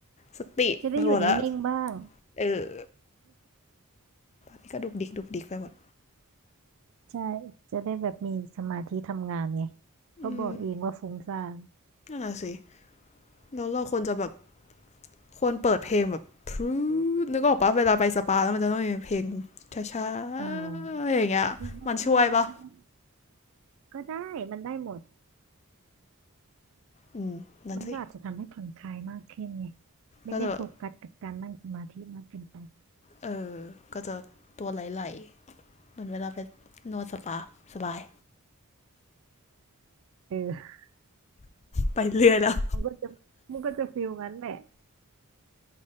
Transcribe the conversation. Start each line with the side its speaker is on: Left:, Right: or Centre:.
Left: สติไปหมดแล้ว
Right: ๆจะได้อยู่นิ่งๆบ้าง
Left: เออนี่ก็ดุกดิกดุกดิกไปหมด
Right: ใช่จะได้แบบมีสมาธิทำงานไง
Left: อืม
Right: ก็บอกเองว่าฟุ้งซ่าน
Left: นั่นแหละสิแล้วเราควรจะแบบ ควรเปิดเพลงแบบพรนึกออกปะเวลาไปสปาแล้วมันจะต้องมีเพลงช้า
Right: อ่า
Left: ๆอย่างเงี้ยมันช่วยปะ
Right: เรียกว่าบ้างใช่ไหม ก็ได้มันได้หมด
Left: อืมนั่นสิ
Right: มันก็อาจจะทำให้ผ่อนคลายมากขึ้นไงไม่ได้โฟกัสกับการนั่งสมาธิมากเกินไป
Left: ก็จะแบบเออ ก็จะตัวไหลๆเหมือนเวลาไปนวดสปาสบาย
Right: เออ
Left: ไปเรื่อยแล้ว
Right: มันก็จะมันก็จะฟิลงั้นแหละ